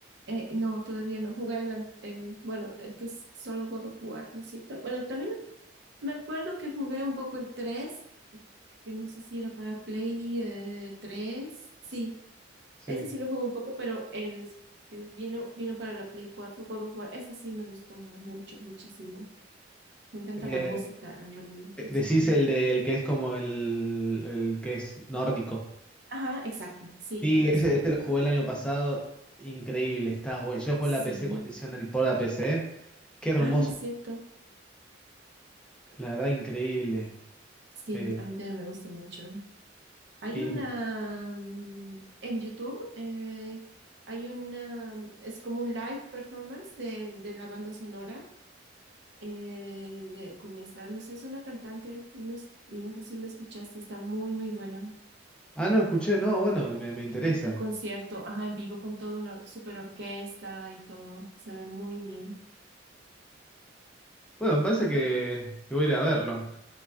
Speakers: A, on the right; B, in the centre.
A: Eh, no, todavía no, jugué el, an- el, bueno, el que es solo God of War, ¿no es cierto? Bueno, también Me acuerdo que jugué un poco el tres que no sé si era para el Play eh, 3. Sí,
B: Sí.
A: ese sí lo jugué un poco, pero el que vino, vino para la Play cuatro God of War. Ese sí me gustó mucho, muchísimo. Me encanta
B: Eh,
A: la música, en realidad, en ese
B: decís
A: juego.
B: el del que es como el, el que es nórdico.
A: Ajá, exacto, sí,
B: Sí,
A: eso.
B: ese, ese lo jugué el año pasado. Increíble, está, bueno. Yo jugué
A: Sí.
B: en la PC cuando hicieron el port a PC. Qué hermoso
A: Ay, es cierto.
B: La verdad, increíble.
A: Sí,
B: Eh,
A: a mí también me gusta mucho. Hay
B: y-
A: una mm, en YouTube, eh, hay una, es como un live performance de, de la banda sonora eh, con esta, no sé, es una cantante, no, s- no sé si la escuchaste, está muy, muy buena.
B: Ah, no, escuché, no, bueno, me, me interesa.
A: Mm, El concierto, ajá, en vivo con toda una super orquesta y todo, se ve muy bien.
B: Bueno, me parece que, que voy a ir a verlo.